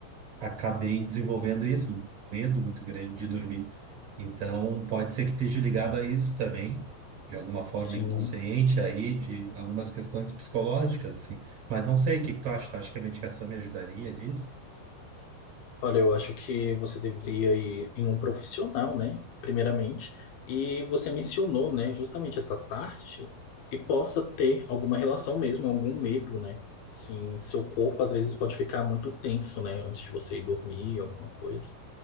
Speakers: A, on the right; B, on the left.
A: acabei desenvolvendo isso, um medo muito grande de dormir. Então pode ser que esteja ligado a isso também, de alguma forma
B: sim.
A: inconsciente aí, de algumas questões psicológicas, assim. Mas não sei, o que que tu acha? Tu acha que a medicação me ajudaria nisso?
B: Olha, eu acho que você deveria ir em um profissional, né? Primeiramente. E você mencionou, né, justamente essa parte que possa ter alguma relação mesmo, algum medo, né? Sim, seu corpo às vezes pode ficar muito tenso, né, antes de você ir dormir, alguma coisa.